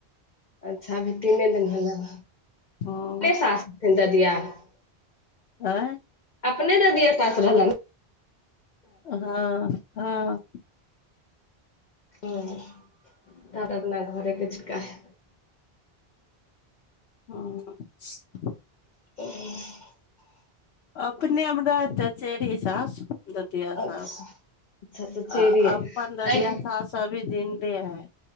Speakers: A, on the left; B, on the left.
A: अच्छा अभी तीने दिन होलेन हन
B: हँ
A: कै साल <unintelligible>
B: आँय
A: अपने ददीेया साास रहलनि
B: हाँ हाँ
A: हँ। तब अपना <unintelligible>
B: हँ -
A: <inaudible>
B: अपने हमरा चचेरी सास दधिया
A: अच्छा
B: सास
A: अच्छा तऽ चेरी
B: आ
A: हइ
B: अपन
A: तै
B: ददिया सास अभी जिनदे <unintelligible>